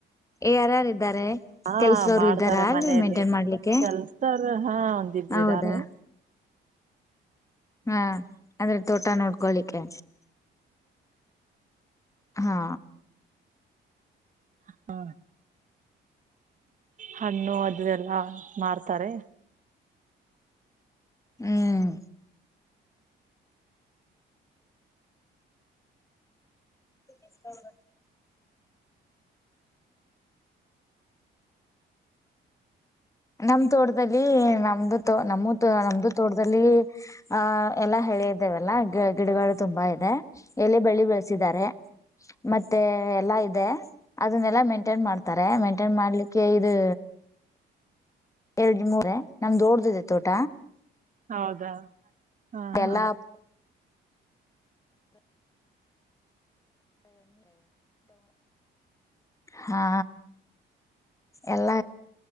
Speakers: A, on the left; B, on the right.
A: ಯಾರಾರ ಇದ್ದಾರೆ
B: ಹಾ
A: ಕೆಲ್ಸವ್ರು
B: ಮಾಡ್ತಾರೆ
A: ಇದ್ದಾರಾ ಅಲ್ಲಿ
B: ಮನೇಲಿ
A: ಮೇಂಟೇನ್ ಮಾಡ್ಲಿಕ್ಕೆ
B: ಕೆಲ್ಸತಾರ ಹಾ ಒಂದಿಬರು
A: ಹೌದಾ
B: ಇದಾರೆ <inaudible>
A: ಹಾ ಅಂದ್ರೆ ತೋಟ ನೋಡ್ಕೊಳಿಕ್ಕೆ ಹಾ
B: ಹಾ ಹಣ್ಣು ಅದದೆಲ್ಲಾ ಮಾರ್ತಾರೆ
A: ಹ್ಮ್ ಎಂತ ನಮ್ ತೋಟದಲ್ಲಿ ನಮ್ದು ತ ನಮ್ಮ ನಮ್ದು ತೋಟದಲ್ಲಿ ಅಹ ಎಲ್ಲಾ ಬೆಳೆ ಇದವಲ್ಲ ಗ ಗಿಡಗಳುಗಳು ತುಂಬಾ ಇದೆ ಎಲ್ಲಿ ಬೆಳ್ಳಿ ಬೆಳೆಸಿದ್ದಾರೆ ಮತ್ತೆ ಎಲ್ಲಾ ಇದೆ ಅದನ್ನೆಲ್ಲಾ ಮೇಂಟೈನ್ ಮಾಡ್ತ ತಾರೆ ಮೇಂಟೈನ್ ಮಾಡ್ಲಿಕ್ಕೆ ಇದು ಎರಡು ಮೂರ ನಮ್ದು ೋಡ್ದಿದೆ ತೋಟ
B: ಹೌದಾ ಹಾ ಹಾ
A: ಎಲ್ಲಾ ಹಾ ಎಲ್ಲ